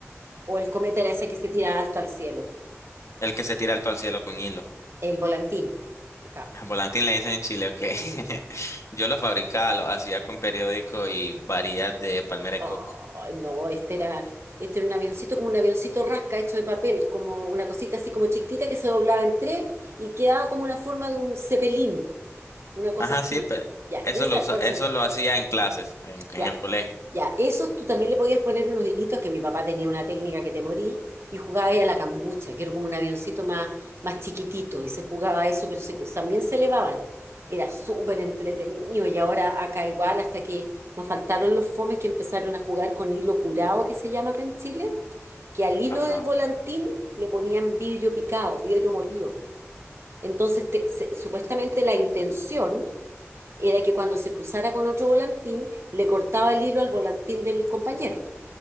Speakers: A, on the right; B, on the left.
A: O el cometa era ese que se tira alto al cielo.
B: el que se tira alto al cielo con hilo.
A: El volantín, acá.
B: <laughs> Volantín le dicen en Chile, ok. <laughs>
A: Mm.
B: Yo lo fabricaba, lo hacía con periódico y varillas de palmera de
A: Ay,
B: coco.
A: no, este era, este era un avioncito como un avioncito rasca hecho de papel, como una cosita así como chiquitita que se doblaba en tres y quedaba como una forma de un cepelín, una cosa
B: Ajá,
A: así.
B: sí, pero
A: Ya,
B: eso
A: y esa,
B: lo usa-
A: con-
B: eso lo hacía en clases, en, en
A: ya,
B: el colegio.
A: ya. Esos tú también le podías poner unos hilitos, que mi papá tenía una técnica que te morí, y jugaba ahí a la cambucha, que era como un avioncito más, más chiquitito, y se jugaba a eso, pero se- también se elevaban. Era súper entretenido, y ahora acá igual, hasta que nos faltaron los fomes que empezaron a jugar con hilo curado, que se llama acá en Chile, que al hilo
B: Ajá.
A: del volantín le ponían vidrio picado, vidrio molido. Entonces, te- se- supuestamente la intención era que cuando se cruzara con otro volantín, le cortaba el hilo al volantín del compañero,